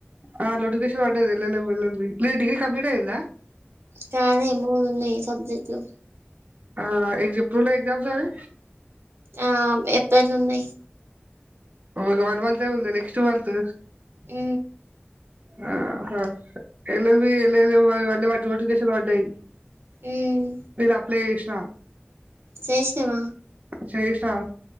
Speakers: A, on the right; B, on the right.
A: ఆ నోటిఫికేషన్ పడ్డది ఎల్ ఎల్ ఎల్ ఇల్ దీ నీది డిగ్రీ కంప్లీట్ అయిందా
B: కాలే మూడు ఉన్నయి సబ్జెక్ట్లు
A: ఆ ఏం చెప్తుండే ఎగ్జామ్స్ అవి
B: ఆ ఏప్రిల్ ల ఉన్నయి
A: అవును వన్ మంత్ ఏ ఉంది నెక్స్ట్ మంత్
B: ఊ
A: ఆహా L L B L L అవన్ని వాటి నోటిఫికేషన్ వడయ్
B: ఉమ్
A: నేను అప్లై చేసినా
B: చేసినవా
A: చేసిన